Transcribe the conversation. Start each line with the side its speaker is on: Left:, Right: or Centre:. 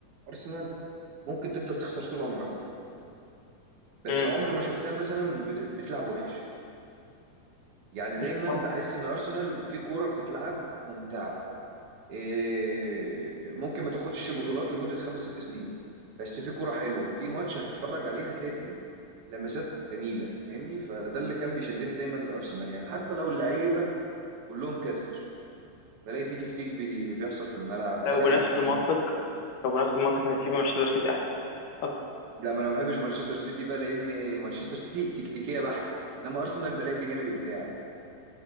Right: ارسنال ممكن تفضل تخسر طول عمرها بس
Left: امم
Right: عمري ما شفتها مثلا بت- بتلعب وحش يعني
Left: بس
Right: دايما
Left: طب
Right: بحس ان ارسنال في كوره بتتلعب ممتعه إيه، ممكن ما تاخدش بطولات لمده خمس ست سنين بس في كوره حلوه في ماتش هتتفرج عليه هتلاقي فيه لمسات جميله فاهمني فده اللي كان بيشدني دايما لارسنال يعني حتى لو اللعيبه كلهم كسر بلاقي في تكتيك بي- بيحصل في الملعب
Left: لو
Right: بلاقي
Left: بنفس
Right: في
Left: المنطق لو بنفس المنطق انت تحب مانشستر سيتي احسن اكتر
Right: لا ما انا ما بحبش مانشستر سيتي بقى لان مانشستر سيتي تكتيكيه بحته انما ارسنال بلاقي فيه جانب ابداعي